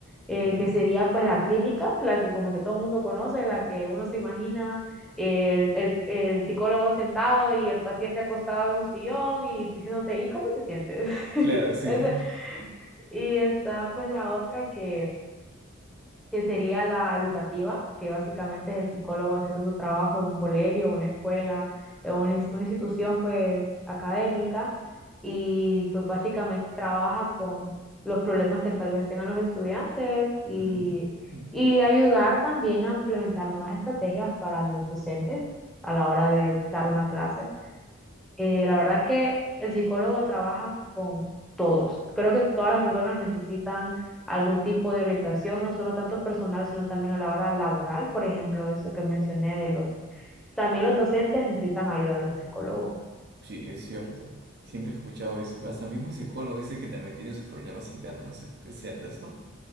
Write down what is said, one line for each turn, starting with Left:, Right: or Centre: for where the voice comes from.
Centre: eh,
Right: Claro.
Centre: que sería pues la clínica, la que como que todo el mundo conoce, la que uno se imagina, el, el, el psicólogo sentado y el paciente acostado en un sillón y diciéndote, ¿y cómo te sientes? <laughs>
Right: Claro, sí.
Centre: Ese- y está pues la otra que que sería la educativa, que básicamente es el psicólogo haciendo su trabajo en un colegio, una escuela, en una, ins- una institución pues académica y pues básicamente trabaja con los problemas que tal vez tengan los estudiantes y,
Right: Mm,
Centre: y ayudar también a implementar nuevas estrategias para los docentes a la hora de dar una clase. Eh, la verdad que el psicólogo trabaja con todos. Creo que todas las personas necesitan algún tipo de orientación, no solo tanto personal, sino también a la hora laboral. Por ejemplo, eso que mencioné de los... También los docentes necesitan ayuda de un psicólogo. <laughs>
Right: Sí, es cierto. Siempre he escuchado eso. Hasta mismo psicólogo dice que también tiene sus problemas internos. ¿Es es cierto eso?